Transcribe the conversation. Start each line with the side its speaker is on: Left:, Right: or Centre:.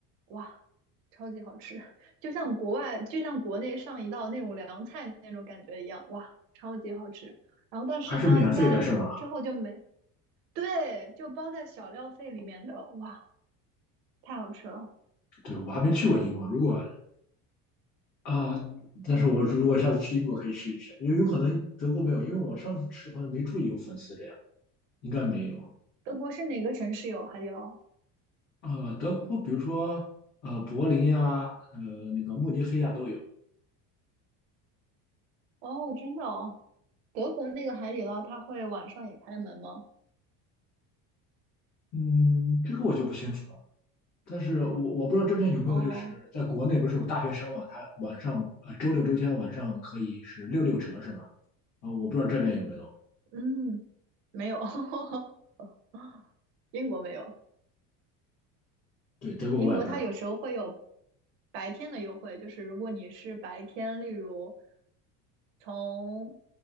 Right: 哇，超级好吃，<laughs> 就像国外，就像国内上一道那种凉菜那种感觉一样，哇，超级好吃。然后，但是它应该之后就没，
Left: 还是免费的是吗？
Right: 对，就包在小料费里面的，哇，太好吃了。
Left: 对，我还没去过英国，如果啊，但是我如果下次去英国可以试一试，因为有可能德国没有，因为我上次吃好像没注意有粉丝这样，应该没有。
Right: 德国是哪个城市有海底捞？
Left: 啊，德国比如说呃柏林呀、呃那个慕尼黑呀、都有。
Right: 哦，真的哦，德国那个海底捞它会晚上也开门吗？
Left: 嗯，这个我就不清楚了。但是我我不知道这边有没有，
Right: 哦，
Left: 就是在国内不是有大学生嘛，他晚上呃周六周天晚上可以是六六折是吧？啊、我不知道这边有没有。
Right: 嗯，没有，<laughs> 英国没有。
Left: 对，德国我也不知道。
Right: 英国它有时候会有白天的优惠，就是如果你是白天，例如从